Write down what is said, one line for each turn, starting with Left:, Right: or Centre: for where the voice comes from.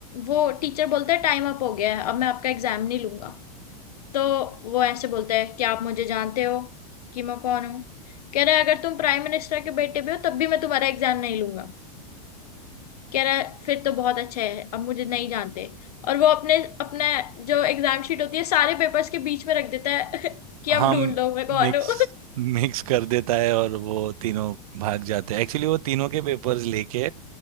Left: वो टीचर बोलता है टाइम अप हो गया है अब मैं आपका एग्जाम नहीं लूंगा तो वो ऐसे बोलता है कि आप मुझे जानते हो कि मैं कौन हूँ कह रहा है अगर तुम प्राइम मिनिस्टर के बेटे भी हो तब भी मैं तुम्हारा एग्जाम नहीं लूंगा कह रहा है फिर तो बहुत अच्छा है अब मुझे नहीं जानते और वो अपने अपना जो एग्जाम शीट होती है सारे पेपर्स के बीच में रख देता है <laughs> कि
Right: हम
Left: अब ढूंढ लो मैं कौन
Right: मिक्स
Left: हूँ
Right: मिक्स कर देता है और वो तीनों भाग जाते हैं एक्चुअली वो तीनों के पेपर्स लेके